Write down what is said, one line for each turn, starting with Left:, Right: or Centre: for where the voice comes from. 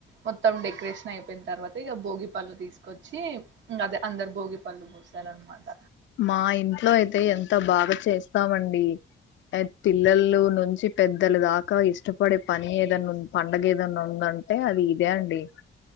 Right: మొత్తం డెకరేషన్ అయిప్ అయిపోయిన తర్వాత ఇగా భోగి పళ్ళు తీసుకొచ్చి ఇంగదే అందరు భోగి పళ్ళు పోసారనమాట.
Left: మా ఇంట్లో అయితే ఎన్. ఎంత బాగా చేస్తామండి పిల్లలు నుంచి పెద్దలు దాకా ఇష్టపడే పని ఏదన్నా ఉన్ పండగేదన్నా ఉందంటే అది ఇదే అండి.